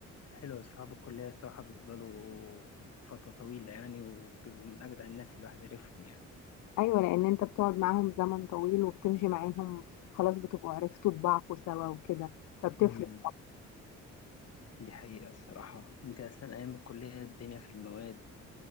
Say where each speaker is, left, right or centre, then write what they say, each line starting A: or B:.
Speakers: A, on the left (about 55°); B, on the left (about 80°).
A: حلو أصحاب الكلية الصراحة بيفضلوا فترة طويلة يعني وبيبقوا من أجدع الناس اللي الواحد يعرفهم يعني
B: أيوة لأن أنت بتقعد معاهم زمن طويل وبتمشي معاهم خلاص بتبقوا عرفتوا طباعكوا سوا وكده فبتفرق
A: أمم. دي حقيقة الصراحة أنت أصلا أيام الكلية الدنيا في المواد